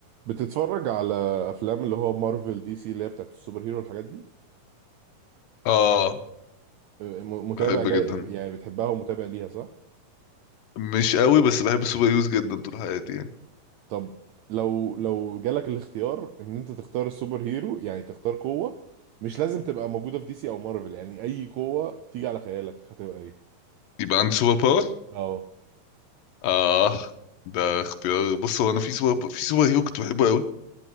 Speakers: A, on the right; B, on the left.
A: بتتفرج على افلام اللي هو مارفل دي سي اللي هي بتاعت السوبر هيرو والحاجات دي
B: اه
A: آه، م- متابع
B: بحب
A: جاي
B: جدا
A: يعني بتحبها ومتابع ليها صح
B: مش قوي بس بحب السوبر هيروز جدا طول حياتي يعني
A: طب لو لو جالك الاختيار ان انت تختار السوبر هيرو يعني تختار قوة مش لازم تبقى موجودة في دي سي او مارفل يعني اي قوة تيجي على خيالك هتبقى ايه
B: يبقى عندي سوبر باور
A: اه
B: اه ده اختيار بص هو انا في سوبر في سوبر هيرو كنت بحبه قوي